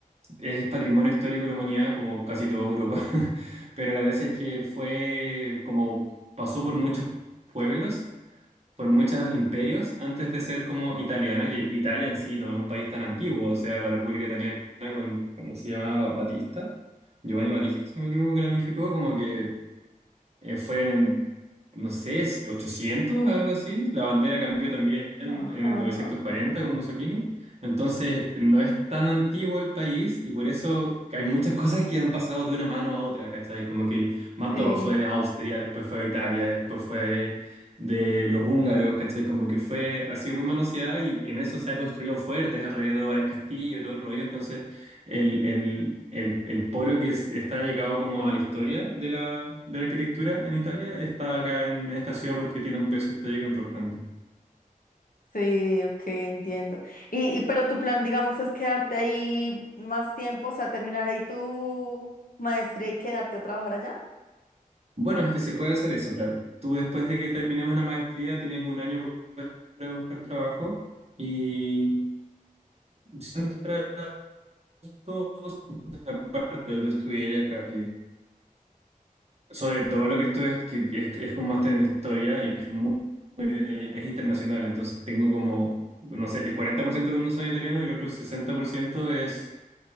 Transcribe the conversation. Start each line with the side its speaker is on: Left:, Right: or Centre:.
Right: es patrimonio histórico de la humanidad, como casi toda Europa. <laughs> Pero la gracia es que fue como pasó por muchos pueblos. por muchos imperios antes de ser como italiana, que Italia en sí no es un país tan antiguo, o sea, la República Italiana con, ¿cómo se llamaba? Batista, Giovanni Batista, si no me equivoco, que la unificó, como que eh, fue en el, no sé, 800, algo así. La bandera cambió también en
Left: Ajá.
Right: el 940 con Mussolini. Entonces, no es tan antiguo el país y por eso hay muchas cosas que han pasado de una mano a otra, ¿cachai? Como que Mantova
Left: Sí.
Right: fue de Austria, después fue de Italia, después fue de, de los húngaros, ¿cachai? Como que fue, ha sido muy manoseada y en eso se ha construido fuertes alrededor, hay castillo, todo el rollo. Entonces, el, el, el, el polo que es- está dedicado como a la historia de la, de la arquitectura en Italia está acá en, en esta ciudad porque tiene un peso histórico importante.
Left: Sí, ok, entiendo. Y, y pero tu plan, digamos, es quedarte ahí más tiempo, o sea, terminar ahí tu maestría y quedarte a trabajar allá.
Right: Bueno, es que se puede hacer eso, claro. Tú después de que termines una maestría tienes un año pa- para buscar trabajo y si entras todos, aparte, yo estudié acá, Sobre todo lo que estoy es, que es, es con máster en historia y es muy, muy- es internacional, entonces tengo como, no sé, el 40% de los alumnos son italianos y el otro 60% es,